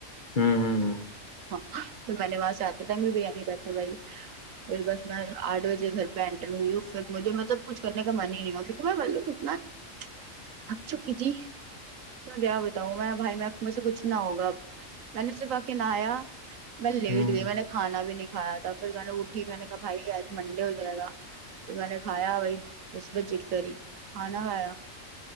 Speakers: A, on the left (about 35°); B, on the right (about 85°).
A: ہوں ہوں
B: ہاں پھر میں نے وہاں سے آتے ٹائم بھی بریانی پیک کروائی پھر بس میں آٹھ بجے گھر پہ انٹر ہوئی ہوں پھر مجھے مطلب کچھ کرنے کا من ہی نہیں ہوا کیونکہ میں معلوم کتنا چہ تھک چکی تھی میں کیا بتاؤں میں بھائی میں مجھ سے کچھ نہ ہوگا اب میں نے صرف آ کے نہایا <unintelligible>
A: ہوں
B: کھانا بھی نہیں کھایا تھا پھر میں نے اٹھی میں نے کہا بھائی آج منڈے ہو جائے گا پھر میں نے کھایا وہی دس بجے قریب کھانا کھایا